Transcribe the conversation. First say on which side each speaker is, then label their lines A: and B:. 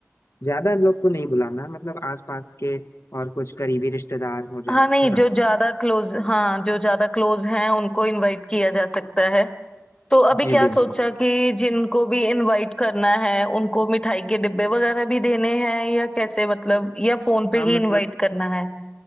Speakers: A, on the left; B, on the left.
A: ज्यादा लोग को नहीं बुलाना है, मतलब आसपास के और कुछ करीबी रिश्तेदार हो जाए
B: हाँ नहीं
A: है ना
B: जो ज्यादा क्लोज हाँ जो ज्यादा क्लोज हैं उनको इनवाइट किया जा सकता है तो अभी
A: जी
B: क्या
A: बिल्कुल
B: सोचा कि जिनको भी इनवाइट करना है उनको मिठाई के डिब्बे वगैरह भी देने हैं या कैसे मतलब या फोन पे
A: हाँ मतलब
B: ही इनवाइट करना है